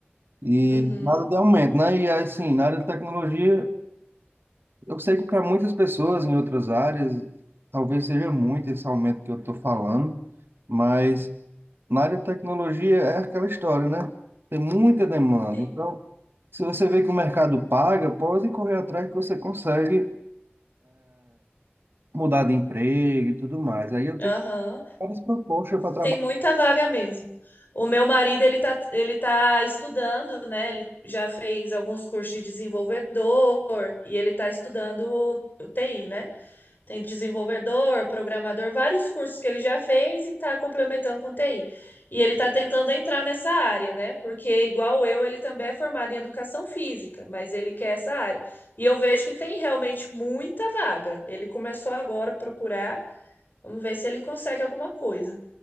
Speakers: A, on the right (about 60°); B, on the left (about 50°).
A: E
B: Uhum,
A: nada de aumento, né? E assim, na área de tecnologia, eu sei que para muitas pessoas em outras áreas, talvez seja muito esse aumento que eu estou falando, mas na área de tecnologia é aquela história, né? Tem muita demanda.
B: sim.
A: Então, se você vê que o mercado paga, pode correr atrás que você consegue mudar de emprego e tudo mais. Aí eu tenho
B: Aham.
A: várias propostas para trabalhar.
B: Tem muita vaga mesmo. O meu marido, ele tá, ele tá estudando, né? Ele já fez alguns cursos de desenvolvedor e ele tá estudando o TI, né? Tem desenvolvedor, programador, vários cursos que ele já fez e tá complementando com TI. E ele tá tentando entrar nessa área, né? Porque igual eu, ele também é formado em educação física, mas ele quer essa área. E eu vejo que tem realmente muita vaga. Ele começou agora a procurar. Vamos ver se ele consegue alguma coisa.